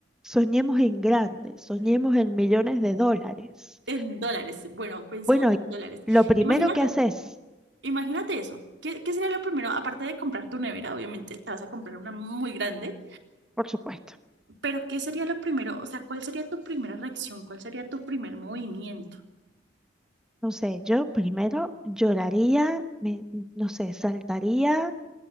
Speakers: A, in the centre; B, on the right (about 70°).
A: Soñemos en grande, soñemos en millones de dólares.
B: en dólares. Bueno, pensemos
A: Bueno, y
B: en dólares.
A: lo primero
B: Imagínate,
A: que haces,
B: imagínate eso. ¿Qué, qué sería lo primero? Aparte de comprar tu nevera, obviamente, te vas a comprar una muy grande,
A: por supuesto,
B: pero ¿qué sería lo primero? O sea, ¿cuál sería tu primera reacción? ¿Cuál sería tu primer movimiento?
A: no sé, yo primero lloraría, me, no sé, saltaría